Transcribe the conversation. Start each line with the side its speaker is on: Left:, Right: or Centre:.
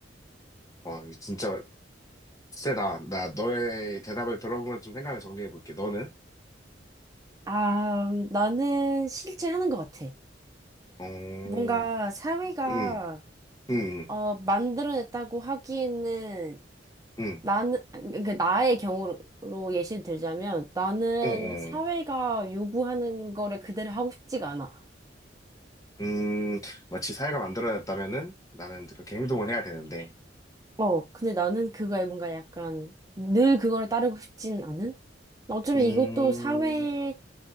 Left: 와, 이거 진짜 세다. 나 너의 대답을 들어보면 좀 생각을 정리해 볼게. 너는?
Right: 아, 음, 나는 실제 하는 것 같아.
Left: 어,
Right: 뭔가 사회가
Left: 응, 응,
Right: 어, 만들어냈다고 하기에는
Left: 응,
Right: 나는, 그러니까 나의 경우로 예시를 들자면 나는
Left: 응, 어,
Right: 사회가
Left: 어.
Right: 요구하는 거를 그대로 하고 싶지가 않아.
Left: 음, 마치 사회가 만들어졌다면은 나는 이제 그렇게 행동을 해야 되는데.
Right: 어, 근데 나는 그거에 뭔가 약간 늘 그거를 따르고 싶진 않은? 어쩌면
Left: 음,
Right: 이것도 사회가